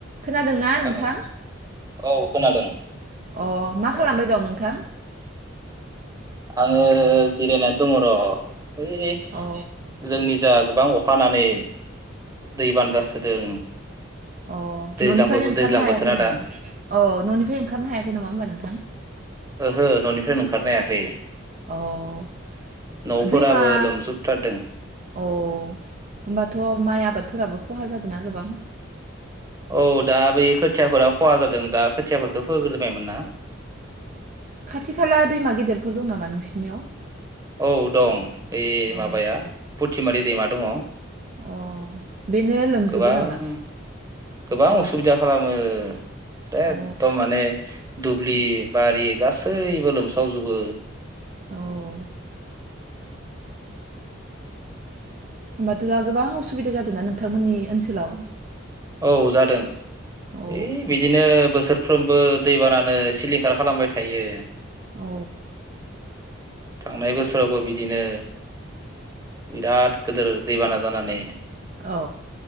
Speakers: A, on the right (about 40°); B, on the right (about 20°).
A: खोनादोंना
B: हेलौ
A: नोंथां
B: औ खोनादों
A: अ मा
B: खोनादों
A: खालामबाय दं नोंथां
B: आङो जिरायनानै दं र' ब
A: अ
B: जोंनि जा गोबां अखानानै दैबान जासोदों
A: अ
B: दैज्लां
A: न'निफ्रायनो ओंखारनो
B: दैज्लां
A: हायाखै
B: बोथोरा
A: नामा
B: दा
A: अ न'निफ्राय ओंखारनो हायाखै नामा होमबा नोंथां
B: ओहो न'निफ्रायनो ओंखारनो हायाखै
A: अह
B: न'फोराबो
A: दैमा
B: लोमजोबथारदों
A: अह होनबाथ' माया आबादफोराबो खहा जादों ना गोबां
B: औ दा बेै खोथियाफोरा खहा जादों दा खोथिया फोग्रोजोबायमोन ना
A: खाथि खाला दैमा गेदेरफोर दं नामा नोंसिनियाव
B: औ दं बे
A: अ
B: माबाया फुथिमारि दैमा दङ
A: अ बेनो लोमजोबो
B: गोबां
A: नामा
B: गोबां असुबिदा खालामो एकदम
A: अ
B: माने दु दुब्लि बारि गासैबो लोमसावजोबो
A: औ होमबाथ' दा गोबां असुबिदा जादोंना नोंथांमोननि ओनसोलाव
B: औ जादों
A: औ
B: है बिदिनो बोसोरफ्रोमबो दैबानानो सिलिं खार खालामबाय थायो
A: औ
B: थांनाय बोसोरावबो बिदिनो बिराद गोदोर दैबाना जानानै
A: औ